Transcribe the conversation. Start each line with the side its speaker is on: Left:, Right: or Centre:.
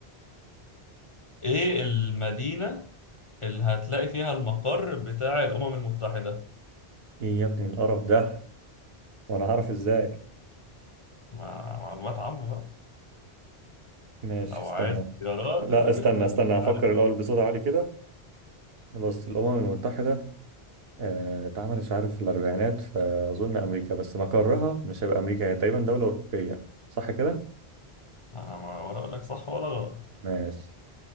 Left: ايه المدينة اللي هتلاقي فيها المقر بتاع الأمم المتحدة
Right: ايه يا ابني القرف ده وانا هعرف ازاي
Left: مع معلومات عامة بقى
Right: ماشي
Left: لو
Right: استنى
Left: عايز اختيارات
Right: لا
Left: أديك
Right: استنى
Left: اختيارات
Right: استنى هفكر
Left: عارف.
Right: الاول بصوت عالي كده بص الامم المتحده آه، اتعملت مش عارف في الاربعينات فاظن امريكا بس مقرها مش هيبقى امريكا هي تقريبا دوله اوروبيه صح كده
Left: أنا ما ولا أقول لك صح ولا غلط
Right: ماشي